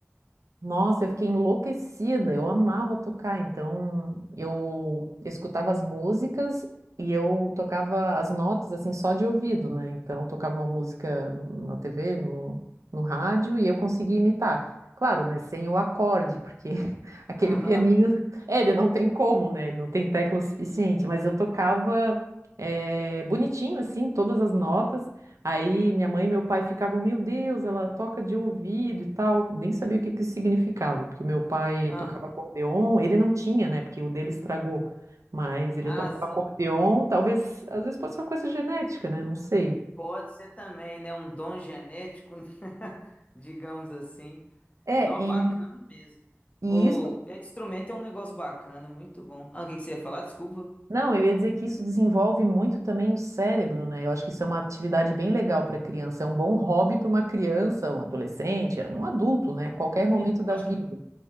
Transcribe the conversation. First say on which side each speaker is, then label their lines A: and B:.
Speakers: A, on the right (about 85°); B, on the left (about 25°).
A: nossa, eu fiquei enlouquecida. Eu amava tocar, então eu escutava as músicas e eu tocava as notas assim só de ouvido, né? Então eu tocava uma música na TV, no, no rádio e eu conseguia imitar. Claro, né? Sem o acorde, porque <laughs> aquele
B: Aham.
A: pianinho, é, ele não tem como, né? Ele não tem tecla suficiente, mas eu tocava eh, bonitinho assim todas as notas Aí minha mãe e meu pai ficavam, meu Deus, ela toca de ouvido e tal. Nem sabia o que que isso significava, porque o meu pai tocava
B: Aham.
A: acordeon, ele não tinha, né? Porque o dele estragou. Mas ele
B: Ah,
A: tocava
B: sim.
A: acordeon, talvez, às vezes pode ser uma coisa genética, né? Não sei.
B: Pode ser também, né? Um dom genético, né? <laughs> digamos assim.
A: É,
B: Nó
A: e,
B: bacana mesmo.
A: e
B: O
A: isso,
B: é, instrumento é um negócio bacana, muito bom. Ah, o que que você ia falar? Desculpa.
A: não, eu ia dizer que isso desenvolve muito também o cérebro, né? Eu acho que isso é uma atividade bem legal para criança, é um bom hobby para uma criança, um adolescente, um adulto, né? Qualquer
B: Sim.
A: momento da
B: Eu
A: vida.
B: acho